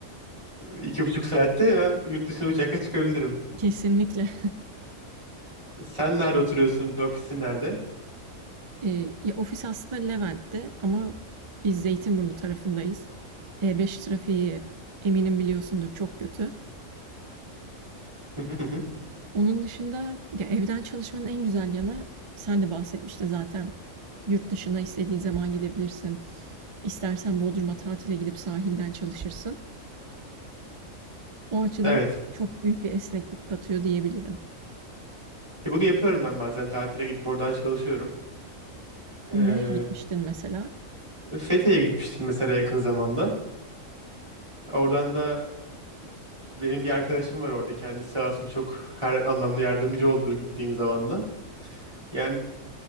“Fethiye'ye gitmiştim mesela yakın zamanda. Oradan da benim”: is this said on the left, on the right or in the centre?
Right